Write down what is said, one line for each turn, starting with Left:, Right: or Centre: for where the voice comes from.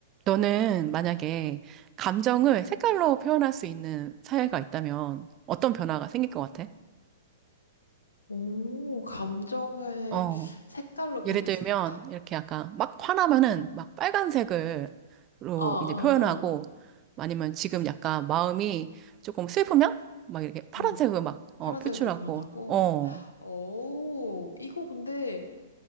Right: 너는 만약에 감정을 색깔로 표현할 수 있는 사회가 있다면 어떤 변화가 생길 것 같아?
Left: 오, 감정을
Right: 어,
Left: 색깔로
Right: 예를
Left: 변할
Right: 들면
Left: 수 있다.
Right: 이렇게 약간 막 화나면은 막 빨간색으로
Left: 어, 어,
Right: 이제 표현하고
Left: 어.
Right: 아니면 지금 약간 마음이 조금 슬프면 막 이렇게 파란색으로
Left: 음.
Right: 막 어,
Left: 파란색으로
Right: 표출하고
Left: 변하고.
Right: 어,
Left: 오, 이거 근데